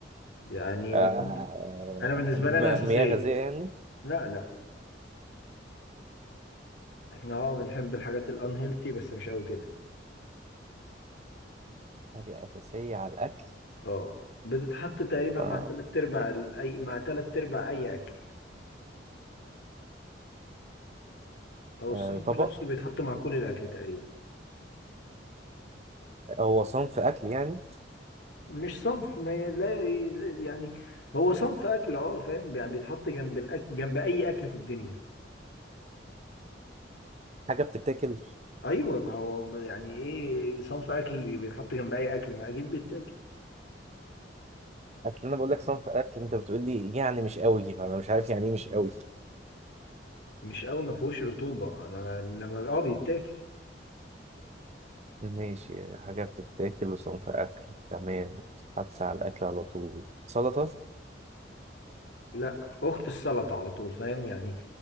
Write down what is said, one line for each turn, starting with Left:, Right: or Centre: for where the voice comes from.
Left: يعني
Right: آه،
Left: أنا بالنسبة
Right: م-
Left: لي أنا أساسية
Right: مياه غازية يعني
Left: لا لا إحنا أه بنحب الحاجات الأنهيلتي بس مش أوي كده
Right: حاجة أساسية على الأكل
Left: أه بتتحط تقريبا
Right: آه،
Left: مع تلات أرباع ال- أي مع تلات أرباع أي أكل أو الصيد
Right: آه،
Left: في
Right: طبق
Left: نفسه بيتحط مع كل الأكل تقريبا
Right: هو صنف أكل يعني
Left: مش صنف ما ي- لا ي- يعني هو صنف أكل أه فاهم يعني بيتحط جنب الأكل جنب أي أكل في الدنيا
Right: حاجة بتتاكل
Left: أيوه ما هو يعني إيه صنف أكل بيتحط جنب أي أكل ما أكيد بيتاكل
Right: أصل أنا بقول لك صنف أكل أنت بتقول لي يعني مش قوي فأنا مش عارف يعني إيه مش قوي
Left: مش قوي ما فيهوش رطوبة انا لما اه بيتاكل
Right: ماشي حاجة بتتاكل وصنف أكل تمام حتى على الأكل على طول سلطة
Left: لا اخت السلطه على طول فاهم يعني